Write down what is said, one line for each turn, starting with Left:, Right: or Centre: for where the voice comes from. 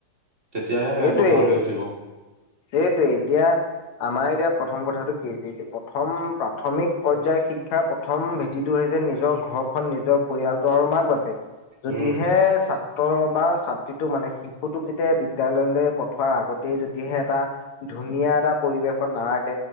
Right: তেতিয়াহে সিহঁতবোৰ
Left: এইটোৱেই
Right: ভাল হৈ উঠিব।
Left: সেইটোৱে এতিয়া আমাৰ এতিয়া প্ৰথম কথাটো কে জি প্ৰথম প্ৰাথমিক পৰ্যায়ৰ শিক্ষাৰ প্ৰথম ভেটিটো হৈছে নিজৰ ঘৰখন নিজৰ পৰিয়ালটো আৰু মাক বাপেক। যদিহে
Right: উম
Left: ছাত্ৰ বা ছাত্ৰীটোক মানে শিশুটোক যেতিয়া বি বিদ্যালয়লৈ পঠোৱাৰ আগতেই যদিহে এটা ধুনীয়া এটা পৰিৱেশত নাৰাখ